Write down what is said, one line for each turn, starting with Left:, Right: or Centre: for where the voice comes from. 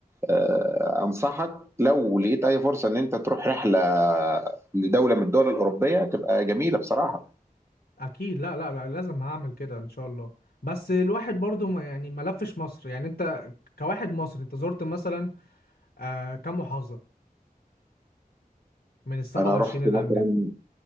Right: آه، انصحك لو لقيت اي فرصه ان انت تروح رحله لدوله من الدول الاوروبيه تبقى جميله بصراحه
Left: اكيد لا لا لا لازم هعمل كده ان شاء الله بس الواحد برضو ما يعني ما لفش مصر يعني انت كواحد مصري انت زرت مثلا آه كم محافظة من ال 27
Right: انا رحت
Left: اللي
Right: مثلا
Left: عندنا